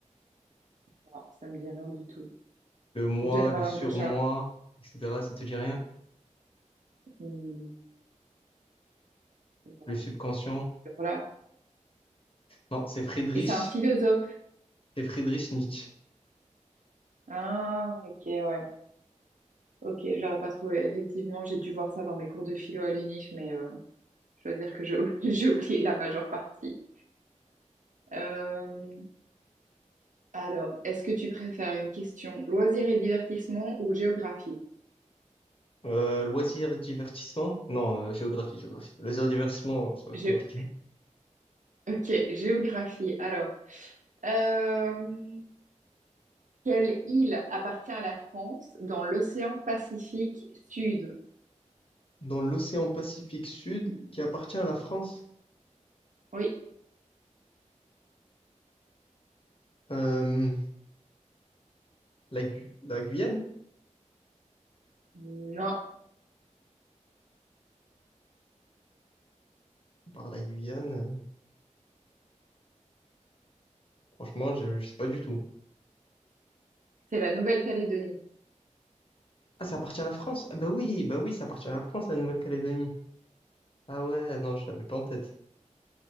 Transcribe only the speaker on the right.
Non, ça me dit rien du tout.
Je donne ma
langue
au chat.
Hmm, non,
alors là.
Et c'est un philosophe.
Ah, ok, ouais. Ok, j'aurais pas trouvé. Effectivement, j'ai dû voir ça dans mes cours de philo à l'UNIF, mais euh, je dois dire que j'ai <laughs> j'ai oublié la majeure partie. Euh, Alors, est-ce que tu préfères une question loisirs et divertissement ou géographie?
Gé-
Ok, géographie. Alors, euh, quelle île appartient à la France dans l'océan Pacifique Sud?
Oui,
non,
c'est la Nouvelle-Calédonie.